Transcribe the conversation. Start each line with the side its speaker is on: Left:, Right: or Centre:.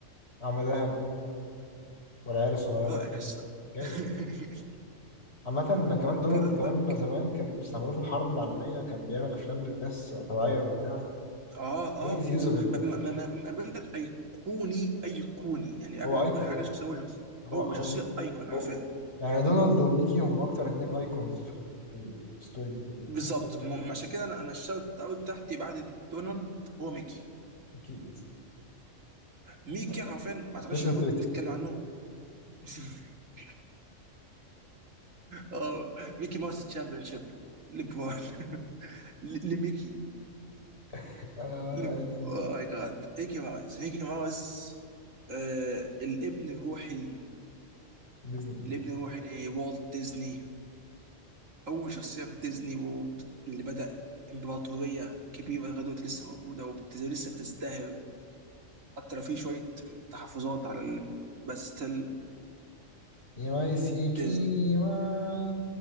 Left: عم دهب والعيال الصغيرة
Right: اه
Left: دي
Right: يس
Left: جامد
Right: <laughs>
Left: عامة كمان دونالد
Right: دونالد
Left: كمان
Right: داك
Left: زمان كان بيستعملوه في الحرب العالمية كان بيعمل أفلام للناس توعية وبتاع
Right: اه
Left: هيز
Right: اه
Left: يوزابل
Right: ما ما ما ما- ما بقول لك ايقوني ايقوني يعني قبل
Left: هو
Right: ما يكون
Left: أيكون
Right: حاجه
Left: اه
Right: شخصيه هو شخص
Left: هو
Right: هو
Left: هو
Right: شخصيه ايكون حرفيا
Left: هو يعني دونالد وميكي هم أكتر اتنين أيكونز في ال- في الستوري دي كلها
Right: بالظبط
Left: كلنا
Right: م- عشان كده انا انا الشوت اوت تحتي بعد دونالد هو ميكي
Left: أكيد
Right: ميكي
Left: سميك
Right: حرفيا ما اعتقدش
Left: جيسون
Right: ان المفروض
Left: تيتو
Right: نتكلم عنه <laughs> اه ميكي ماوس تشامبيون شيب ليبرون لميكي
Left: <laughs> آه
Right: ل...
Left: دي
Right: اوه ماي جاد ميكي ماوس ميكي ماوس آه الابن الروحي
Left: ديزني
Right: الابن الروحي لوالت ديزني اول شخصيه في ديزني وولد اللي بدا امبراطوريه كبيره لغايه دلوقتي لسه موجوده وبت- ولسه بتزدهر حتى لو في شويه تحفظات على ال... بس ستيل
Left: ام اي سي كي
Right: ديزني
Left: اي واي